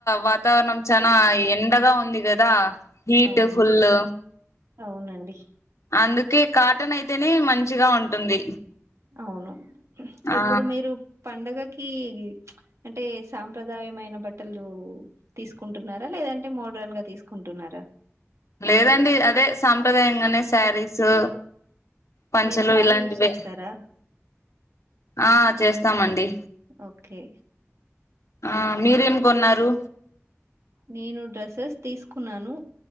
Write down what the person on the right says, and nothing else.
అవును
అవునండి
అవును
ఇప్పుడు మీరు పండగ కీ అంటే సాంప్రదాయమైన బట్టలు తీసుకుంటున్నారా లేదంటే మో డ్రన్ గా తీసుకుంటున్నారా
మీరు శారీ
యూజ్ చేస్తారా
ఓకే
నేను డ్రస్సెస్ తీసుకున్నాను